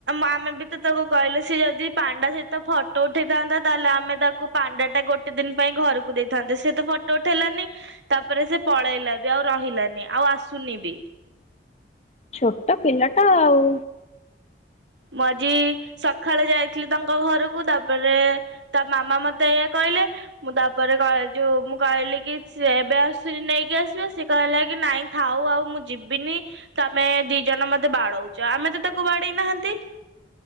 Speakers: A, on the right; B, on the left.
A: ଆମେ ବି ତ ତାକୁ କହିଲେ ସେ ଯଦି ପାଣ୍ଡା ସହିତ ଫଟୋ ଉଠେଇଥାନ୍ତା ତାହେଲେ ଆମେ ତାକୁ ପାଣ୍ଡା ଟା ଗୋଟେ ଦିନ ପାଇଁ ଘରକୁ ଦେଇଥାନ୍ତେ ସ ତ ଫଟୋ ଉଠେଇଲାନି ତାପରେ ସେ ପଳେଇଲା ବି ଆଉ ରହିଲାନି ଆଉ ଆସୁନି ବି।
B: ଛୋଟ ପିଲା ଟା ଆଉ
A: ମୁଁ ଆଜି ସକାଳେ ଯାଇଥିଲି ତାଙ୍କ ଘରକୁ ତାପରେ ତା ମାମା ମତେ ଏଇଆ କହିଲେ ମୁଁ ତାପରେ ଯଉ ମୁଁ କହିଲି କି ସେ ଏବେ ଆସୁନି ନେଇକି ଆସିବ ସେ କହିଲା କି ନାଇଁ ଥାଉ ଆଉ ମୁଁ ଯିବିନି ତମେ ଦି ଜଣ ମତେ ବାଡଉଛ ଆମେ ତ ତାକୁ ବାଡେଇ ନାହାନ୍ତି।